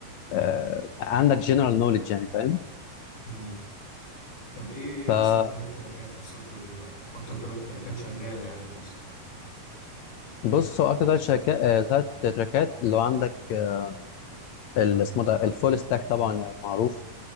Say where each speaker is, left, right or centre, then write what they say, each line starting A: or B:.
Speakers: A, on the left; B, on the left.
A: آه، عندك جنرال نوليدج يعني فاهم
B: مم. طب ايه ايه
A: فبص
B: احسن ثلاث تراكات في السوفت وير دلوقتي اكتر ثلاث تراكات شغاله يعني في مصر
A: هو اكتر ثلاث شركات ثلاث تراكات اللي هو عندك آه، اللي اسمه ده الفول ستاك طبعا يعني معروف